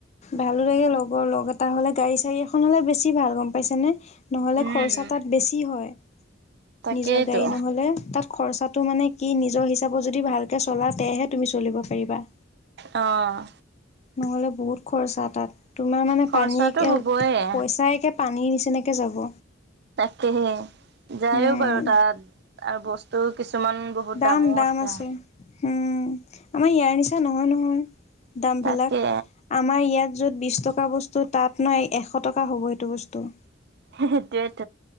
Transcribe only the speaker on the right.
উম,
তাকেইতো।
আহ!
খৰচাটো
হ'বয়ে।
তাকেহে যায়ও
বাৰু তাত আৰু বস্তুও কিছু কিছুমান বহুত
দামো
আছে।
তাকে
<unintelligible>